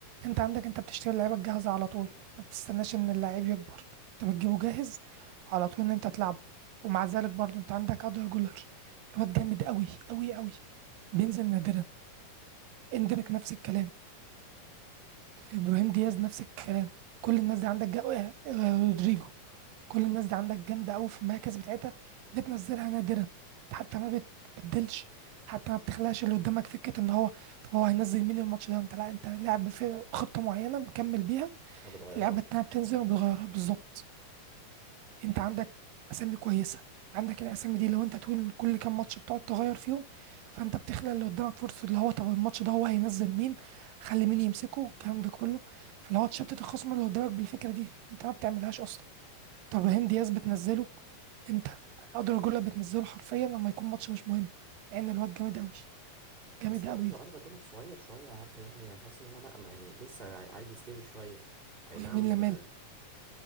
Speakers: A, on the right; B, on the right.
A: أنت عندك أنت بتشتري اللعيبة الجاهزة على طول ما بتستناش إن اللعيب يكبر أنت بتجيبه جاهز على طول إن أنت تلعبه ومع ذلك برضو أنت عندك أدر جولر الواد جامد أوي أوي أوي بينزل نادرا اندريك نفس الكلام ابراهيم دياز نفس الكلام كل الناس دي عندك جا... آه، آه، رودريجو كل الناس دي عندك جامده قوي في المراكز بتاعتها بتنزلها نادرا حتى ما بتبدلش حتى ما بتخلقش اللي قدامك فكره ان هو طب هو هينزل مين الماتش ده انت لا انت لاعب في خطه معينه مكمل بيها
B: ما بتغيرهاش
A: اللعبه التانيه بتنزل ما بتغيرها بالظبط انت عندك اسامي كويسه عندك الاسامي دي لو انت طول كل كام ماتش بتقعد تغير فيهم فانت بتخلق اللي قدامك فرصه اللي هو طب الماتش ده هو هينزل مين خلي مين يمسكه الكلام ده كله فاللي هو تشتت الخصم اللي قدامك بالفكره دي انت ما بتعملهاش اصلا طب ابراهيم دياز بتنزله امتى اقدر اقول لك بتنزله حرفيا لما يكون ماتش مش مهم مع ان الواد جامد قوي جامد
B: بس برضه
A: قوي
B: أردا جولر صغير شوية يا عبده يعني أنا حاسس إن هو لأ ما يعني لسه عايز يستوي شوية أي
A: ويمين
B: نعم
A: لمال
B: آه،